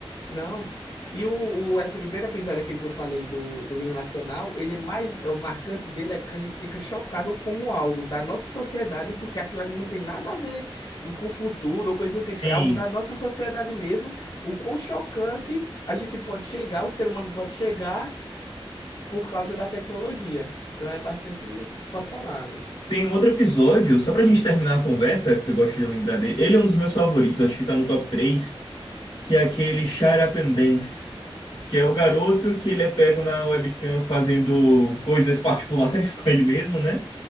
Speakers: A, on the left; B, on the left.
A: Não. E o, o é- primeiro episódio, aquele que eu falei do, do hino nacional, ele é mais. é, O marcante dele é porque a gente fica chocado como algo da nossa sociedade, porque aquilo ali não tem nada a ver com o futuro ou coisa do tipo,
B: Sim.
A: é algo da nossa sociedade mesmo. O quão chocante a gente pode chegar, o ser humano pode chegar por causa da tecnologia. Então é bastante. Pode falar. Ágora.
B: Tem um outro episódio, só pra gente terminar a conversa, que eu gosto de lembrar dele. Ele é um dos meus favoritos, acho que tá no top 3, que é aquele Shut Up and Dance, que é o garoto que ele é pego na webcam fazendo coisas particulares <laughs> com ele mesmo, né?